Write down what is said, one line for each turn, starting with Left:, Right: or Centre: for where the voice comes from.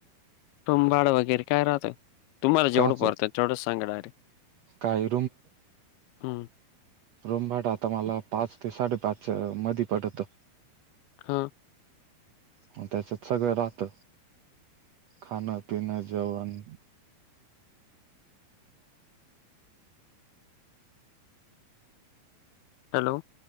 Left: टुंबाड वगैरे काय राहत? तुम्हाला जेवढं
Right: काच
Left: पडतं तेवढं सांगणा डायरेक्ट.
Right: काय
Left: हम्म.
Right: रोम भाड आता मला पाच ते साडेपाच मध्ये पडत.
Left: हा.
Right: म त्याच्यात सगळं राहत खाणं पिणं जेवण.
Left: हॅलो.